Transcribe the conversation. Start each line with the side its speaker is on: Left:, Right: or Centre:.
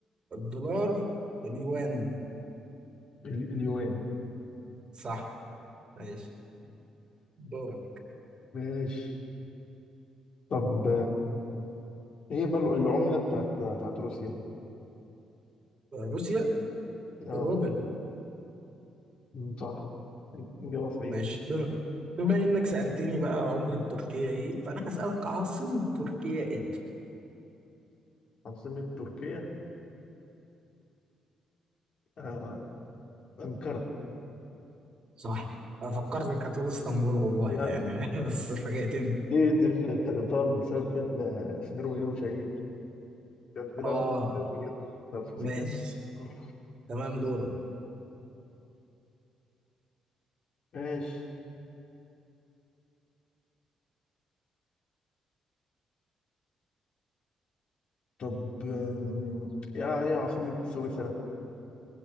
Right: الدولار اليوان
Left: ال- اليوان
Right: صح ماشي دورك
Left: <laughs> ماشي طب هي بل العملة بتاعت بتاعت روسيا
Right: روسيا
Left: اه
Right: الروبل
Left: مم. صح إجابة صحيحة
Right: ماشي بم- بما انك سألتني بقى عملة تركيا ايه فانا هسألك عاصمة تركيا ايه
Left: عاصمة تركيا آه. أنقرة
Right: صح انا فكرتك هتقول اسطنبول
Left: <laughs>
Right: والله
Left: لا
Right: يعني <laughs> بس فاجأتني
Left: دي دي ف- افتكرتها بسبب فيلم آه، سمير وبهير وشهير كان في لقطة
Right: اه
Left: في الفيلم كده نفس
Right: ماشي
Left: الكلام مم.
Right: تمام دورك
Left: ماشي طب آم، يا هي عاصمة سويسرا